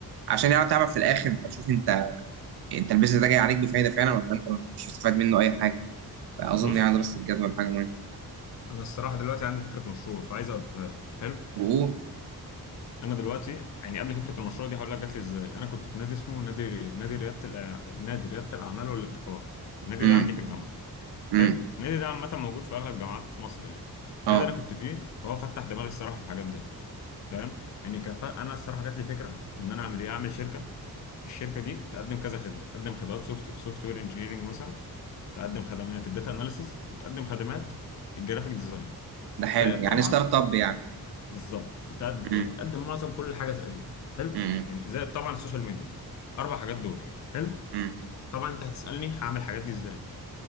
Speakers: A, on the right; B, on the left.
A: عشان يعني تعرف في الاخر هتشوف انت انت البيزنس ده جاي عليك بفايدة فعلا ولا انت مش مستفاد منه اي حاجة فاظن
B: بص
A: يعني دراسة الجدول حاجة مهمة
B: انا الصراحه دلوقتي عندي فكره مشروع فعايز اقولها لك حلو
A: و
B: انا دلوقتي يعني قبل فكره المشروع دي هقول لك جات لي ازاي انا كنت في نادي اسمه نادي نادي رياده الأع... نادي رياده الاعمال والابتكار النادي
A: امم
B: ده عندي في الجامعه
A: امم
B: حلو النادي ده عامه موجود في اغلب الجامعات في مصر يعني
A: اه
B: النادي ده انا كنت فيه هو فتح دماغي الصراحه في الحاجات دي فاهم يعني كف... انا الصراحه جات لي فكره ان انا اعمل ايه اعمل شركه الشركه دي تقدم كذا خدمه تقدم خدمات سوفت سوفت وير انجينيرنج مثلا تقدم خدمات الداتا اناليسز وتقدم خدمات الجرافيك ديزاين
A: ده حلو
B: زائد
A: يعني
B: طبعا
A: ستارت اب يعني
B: بالظبط بتاع
A: امم
B: يعني تقدم معظم كل حاجه تقريبا حلو
A: امم
B: يعني زائد طبعا السوشيال ميديا اربع حاجات دول حلو
A: امم
B: طبعا انت هتسالني هعمل الحاجات دي ازاي